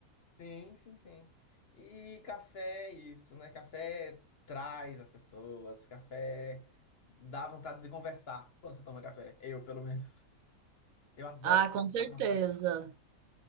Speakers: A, on the left; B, on the right.
A: Sim, sim, sim. E café, é isso, né? Café traz as pessoas, café dá vontade de conversar quando você toma café. Eu, pelo menos. <laughs> Eu adoro
B: Ah,
A: conversar,
B: com certeza.
A: tomar café.